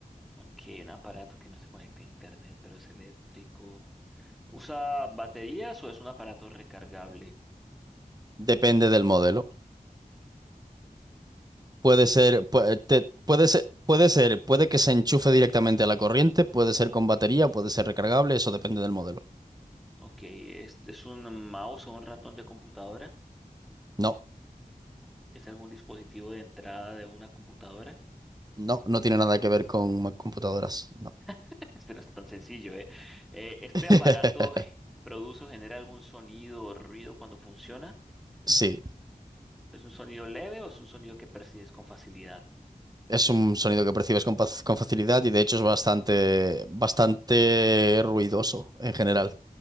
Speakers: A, in the centre; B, on the right.
A: Aquí un aparato que no se conecta a internet, pero es eléctrico. ¿Usa baterías o es un aparato recargable?
B: Depende del modelo. Puede ser, puede, puede ser, puede ser, puede que se enchufe directamente a la corriente, puede ser con batería, puede ser recargable, eso depende del modelo.
A: Ok, ¿es, es un mouse o un ratón de computadora?
B: No,
A: ¿Es algún dispositivo de entrada de una computadora?
B: no, no tiene nada que ver con computadoras, no.
A: <laughs> Este no está tan sencillo, ¿eh? Eh, ¿este
B: <laughs>
A: aparato <laughs> produce o genera algún sonido o ruido cuando funciona?
B: Sí,
A: ¿Es un sonido leve o es un sonido que percibes con facilidad?
B: es un sonido que percibes con, paz- con facilidad y de hecho es bastante, bastante ruidoso en general.